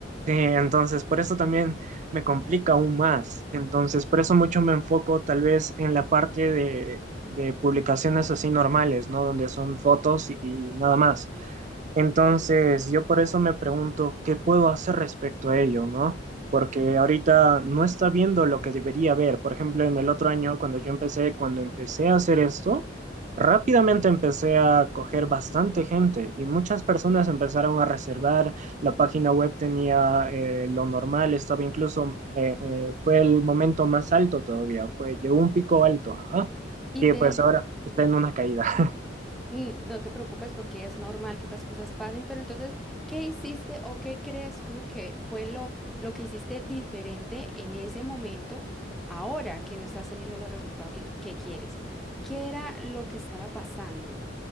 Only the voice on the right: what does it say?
Sí, entonces por eso también me complica aún más. Entonces por eso mucho me enfoco tal vez en la parte de, de publicaciones así normales, ¿no? Donde son fotos y y nada más entonces,
yo por eso me pregunto qué puedo hacer respecto a ello, ¿no? Porque
ahorita no está viendo lo que debería ver. Por ejemplo, en el otro año, cuando yo empecé, cuando empecé a hacer esto, rápidamente empecé a coger bastante gente y muchas personas empezaron a reservar. La página web tenía eh, lo normal, estaba incluso, eh, eh, fue el momento más alto todavía, fue, llegó
un pico alto, ajá.
Y
pues ahora está en una caída. <laughs>